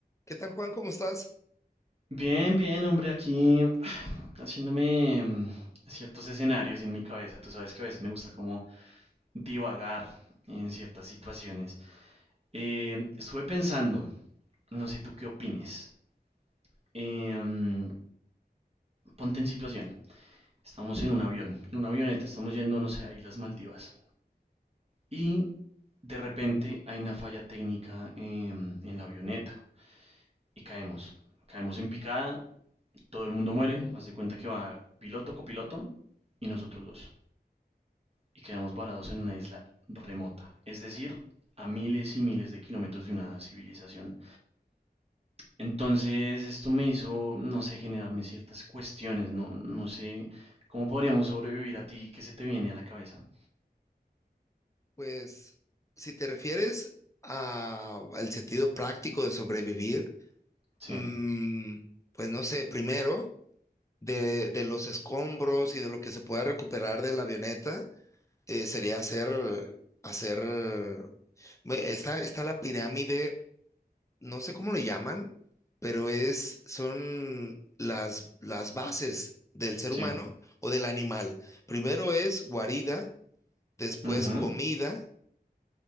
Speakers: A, on the left (about 20°); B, on the right (about 35°).
A: ¿Qué tal, Juan? ¿Cómo estás?
B: Bien, bien, hombre, aquí <sighs> haciéndome mm, ciertos escenarios en mi cabeza. Tú sabes que a veces me gusta como divagar en ciertas situaciones. Eh, estuve pensando, no sé tú qué opines. Eh, mm, ponte en situación. Estamos en un avión, en una avioneta, estamos yendo, no sé, a Islas Maldivas. Y de repente hay una falla técnica em, en la avioneta y caemos. Caemos en picada, todo el mundo muere, haz de cuenta que va piloto, copiloto y nosotros dos. y quedamos varados en una isla remota, es decir, a miles y miles de kilómetros de una civilización. Entonces, esto me hizo, no sé, generarme ciertas cuestiones, no, no sé cómo podríamos sobrevivir a ti que se te viene a la cabeza.
A: Pues, si te refieres a- al sentido práctico de sobrevivir,
B: Sí,
A: mm, pues no sé, primero, de, de los escombros y de lo que se pueda recuperar de la avioneta, eh, sería hacer, hacer, ve, está, está la pirámide, no sé cómo le llaman, pero es, son las, las bases del ser
B: sí.
A: humano o del animal. Primero es guarida, después
B: Ujú,
A: comida